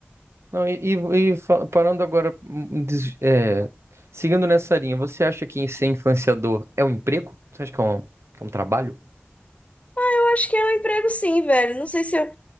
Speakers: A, on the right; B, on the left.
A: Não, e, e- e fa- parando agora, hum, des- é, seguindo nessa linha, você acha que ser influenciador é um emprego? Você acha que é um, que é um trabalho?
B: Eu acho que é um emprego sim, velho. Não sei se eu...